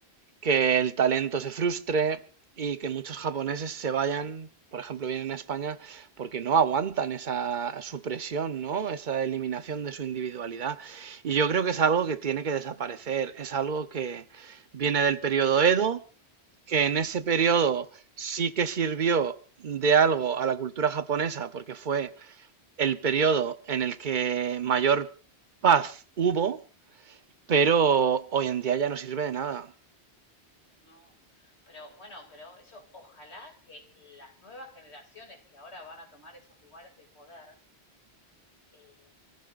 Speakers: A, on the right; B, on the left.
A: que el talento se frustre y que
B: Mm,
A: muchos japoneses se vayan, por ejemplo, vienen a España porque no aguantan esa supresión, ¿no? Esa eliminación de su individualidad. Y yo creo que es algo que tiene que desaparecer, es algo que viene del periodo Edo, que en
B: mm,
A: ese periodo sí que sirvió de algo a la cultura japonesa porque fue el periodo en el que mayor paz hubo, pero
B: mm.
A: hoy en día ya no sirve de nada.
B: No, pero bueno, pero eso ojalá que las nuevas generaciones que ahora van a tomar esos lugares de poder eh,